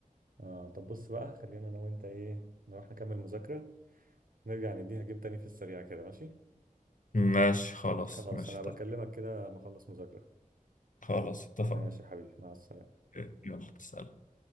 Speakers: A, on the right; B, on the left.
A: آه طب بص بقى خلينا أنا وأنت إيه نروح نكمل مذاكرة نرجع نديها جيم تاني في السريع كده ماشي
B: ماشي خلاص
A: خلاص
B: ماشي
A: أنا بكلمك
B: طب
A: كده ما أخلص مذاكرة
B: خلاص اتفقنا
A: ماشي يا حبيبي مع السلامة
B: إيه، يلا سلام